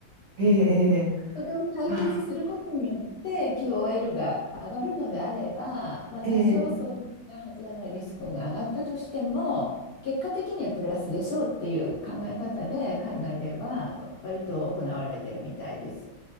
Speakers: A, on the right (about 65°); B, on the left (about 60°).
A: ええ、ええ
B: それを解決することによって
A: まあ、
B: QOL が上がるのであれば、まあ、多少そういった発がんのリスクが上がったとしても、
A: ええ
B: 結果的にはプラスでしょうっていう考え方で、海外では割と行われてるみたいです。